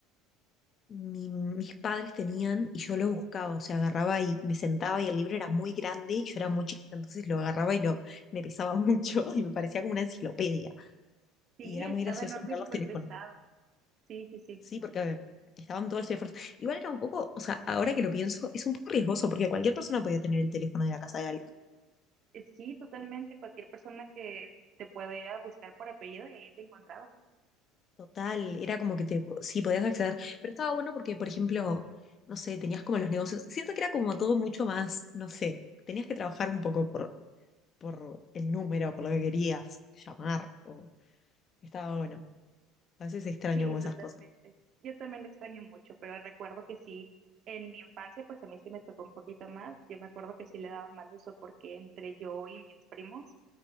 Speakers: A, on the left; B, on the right.
A: mi- mis padres tenían y yo lo buscaba, o sea, agarraba y me sentaba y el libro era muy grande y yo era muy chiquita, entonces lo agarraba y lo, me pesaba mucho <laughs> y me parecía como una enciclopedia.
B: Sí,
A: Y era
B: estaba
A: muy gracioso
B: enorme
A: mirar
B: y súper
A: los teléfonos.
B: pesado. Sí, sí, sí.
A: Sí, porque a ver, estaban todos los teléfonos. Igual era un poco, o sea, ahora que lo pienso, es un poco riesgoso porque cualquier persona podía tener el teléfono de la casa de alguien.
B: Eh, Sí, totalmente. Cualquier persona que te pueda ir a buscar por apellido y ahí te encontraba.
A: Total, era como que te, sí podías acceder, pero estaba bueno porque, por ejemplo, no sé, tenías como los negocios. Siento que era como todo mucho más, no sé, tenías que trabajar un poco por, por el número, por lo que querías llamar, o estaba bueno. A veces extraño
B: Sí,
A: como esas
B: totalmente.
A: cosas.
B: Yo también lo extraño mucho, pero recuerdo que sí, en mi infancia, pues a mí sí me tocó un poquito más. Yo me acuerdo que sí le daba mal uso porque entre yo y mis primos